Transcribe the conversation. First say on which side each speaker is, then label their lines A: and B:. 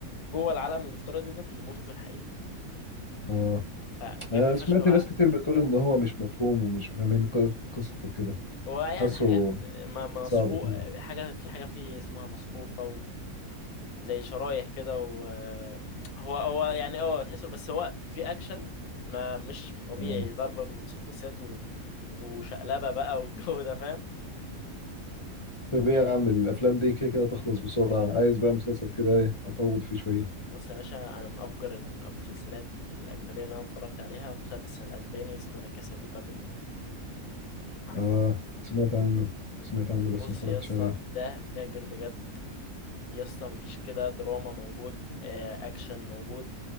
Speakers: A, on the left (about 85°); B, on the left (about 50°).
A: جوه العالم الافتراضي ده بيموتوا في الحقيقه
B: اه
A: فجامد
B: انا
A: فشخ
B: سمعت
A: بقى
B: ناس كتير بتقول ان هو مش مفهوم ومش فاهمين ق- قصته كده
A: ويعني
B: حاسه
A: حاجات م- مصفوف
B: صعب كده
A: حاجة في حاجة فيه اسمها مصفوفة و... زي شرايح كده و هو هو يعني اه تحسه بس هو في اكشن ما مش طبيعي
B: آه.
A: ضربة بالمسدسات و... وشقلبة بقى والجو ده فاهم
B: طب ايه يا عم الافلام دي كده كده تخلص بسرعه عايز بقى مسلسل كده ايه اطول فيه شويه
A: بص يا باشا انا من افجر المسلسلات الاجنبيه اللي انا اتفرجت عليها مسلسل اسباني اسمه لا كاسا دي بابل عارفه
B: اه سمعت عنه سمعت عنه بس
A: بص
B: ما اتفرجتش
A: يا اسطى
B: عليه
A: ده فاجر بجد يا اسطى مفيش كده دراما موجود آه، اكشن موجود